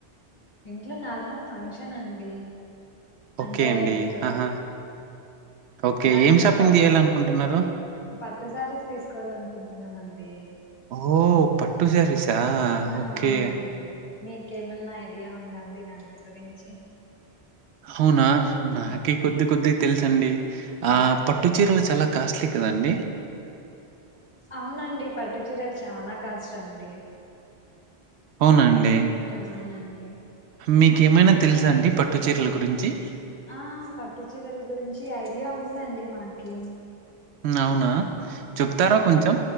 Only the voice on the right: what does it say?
ఓకే
అండి.
ఆహా! ఓకే
ఏం షాపింగ్
చేయాలనుకుంటున్నారు
ఓ పట్టు సారిసా
ఓకే
అవునా నాకి
కొద్ది కొద్దిగ తెలుసండి ఆ
ప ట్టు చీరలు చాలా కాస్ట్లీ కదండి
అవునా అండి
మీకు ఏమైనా తెలుసా అండి పట్టు చీరల గురించి
అవునా చెప్తారా కొంచెం